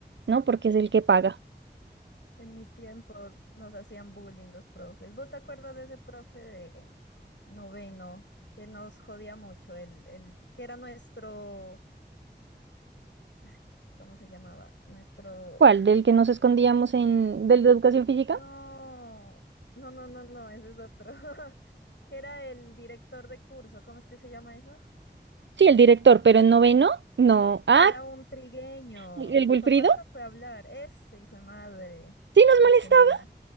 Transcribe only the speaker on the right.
¿no? Porque es el que paga.
¿Cuál? ¿Del que nos escondíamos en, del de educación física?
Sí, el director, pero en noveno, no. Ah,
¿el
Wilfrido?
Sí, nos
molestaba.